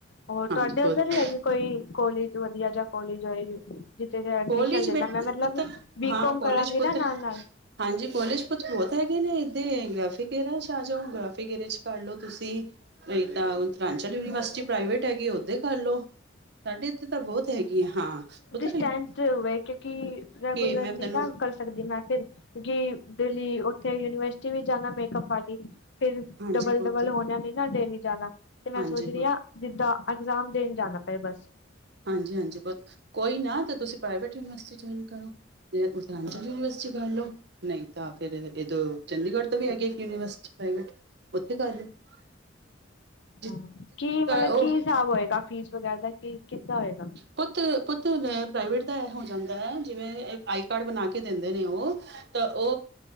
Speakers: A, on the left (about 65°); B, on the right (about 60°).
A: ਹੋਰ
B: ਹਾਂਜੀ
A: ਤੁਹਾਡੇ
B: ਬਹੁਤ
A: ਉੱਧਰ ਵੀ ਹੈਗੀ ਕੋਈ ਕੋਲੇਜ, ਵਧੀਆ ਜਾਂ ਕੋਲੇਜ ਹੋਏ ਜਿੱਥੇ ਦਾ ਐਡਮਿਸ਼ਨ
B: ਕੋਲਜ
A: ਲੈਲਾਂ
B: ਬੇ
A: ਮੈਂ, ਮਤਲਬ
B: ਪੁੱਤਰ
A: ਬੀਕੋਮ
B: ਹਾਂ ਕੋਲਜ
A: ਕਰਾਂਗੀ
B: ਪੁੱਤਰ
A: ਨਾ ਨਾਲ-ਨਾਲ।
B: ਹਾਂਜੀ, ਕੋਲੇਜ ਕੁੱਛ ਬੋਤ ਹੈਗੇ ਨੇ। ਇਦੇ ਗ੍ਰਾਫਿਕ ਏਰ 'ਚ ਆ ਜਾਓ, ਗ੍ਰਾਫਿਕ ਏਰੇ 'ਚ ਕਰ ਲਓ ਤੁਸੀਂ। ਨਈ ਤਾਂ, ਉਤਰਾਂਚਲ ਯੂਨੀਵਰਸਿਟੀ ਪ੍ਰਾਈਵੇਟ ਹੈਗੀ, ਓਦੇ ਕਰਲੋ। ਸਾਡੇ ਇੱਥੇ ਤਾਂ ਬੋਤ ਹੈਗੀ ਆ, ਹਾਂ। ਪੁੱਤ
A: ਸਟੈਂਥ ਹੋਵੇ, ਕਿਉਂਕੀ ਰੈਗੂਲਰਲੀ
B: ਮੈਂ ਤੈਨੂੰ
A: ਨੀ ਨਾ ਕਰ ਸਕਦੀ ਮੈਂ ਫਿਰ, ਕਿਉਕਿ ਡੇਲੀ ਉੱਥੇ ਯੂਨੀਵਰਸਿਟੀ ਵੀ ਜਾਂਨਾ, ਮੇਕਅਪ ਵਾਲੀ। ਫਿਰ
B: ਹਾਂਜੀ
A: ਡਬਲ-ਡਬਲ
B: ਪੁੱਤ
A: ਹੋਣਾ ਨੀ ਨਾ ਡੇਲੀ ਜਾਣਾ, ਤੇ ਮੈਂ
B: ਹਾਂਜੀ
A: ਸੋਚ
B: ਪੁੱਤ
A: ਰੀਆ ਜਿੱਦਾਂ, ਇਗਜ਼ਾਮ ਦੇਣ ਜਾਣਾ ਪਏ ਬਸ।
B: ਹਾਂਜੀ-ਹਾਂਜੀ ਪੁ ਕੋਈ ਨਾ, ਤਾਂ ਤੁਸੀਂ ਪ੍ਰਾਈਵੇਟ ਯੂਨੀਵਰਸਿਟੀ ਜੁਆਇਨ ਕਰੋ। ਤੇ ਉਤਰਾਂਚਲ
A: ਹਾਂਜੀ ਹਾਂਜੀ।
B: ਯੂਨੀਵਰਸਿਟੀ ਕਰੱਲੋ, ਨਈ ਤਾਂ <unintelligible> ਏਦੋ ਚੰਡੀਗੜ੍ਹ ਤੋਂ ਵੀ ਹੈਗੀ ਆ, ਇਕ ਯੂਨੀਵਰਸਿਟੀ ਪ੍ਰਾਈਵੇਟ, ੳਦੇ ਕਰਲੋ। <inaudible>
A: ਹਾਂ, ਕੀ ਮਤਲਬ
B: ਉਹ
A: ਕੀ ਹਿਸਾਬ ਹੋਏਗਾ ਫੀਸ ਵਗੈਰਾ ਦਾ, ਕੀ ਕਿੱਦਾਂ ਹੋਏਗਾ?
B: ਪੁੱਤ-ਪੁੱਤ ਪ੍ਰਾਈਵੇਟ ਦਾ ਐ ਹੋ ਜਾਂਦੈ, ਜਿਵੇਂ ਆਈ ਕਾਰਡ ਬਣਾ ਕੇ ਦਿੰਦੇ ਨੇ ਓ ਤਾਂ ਓ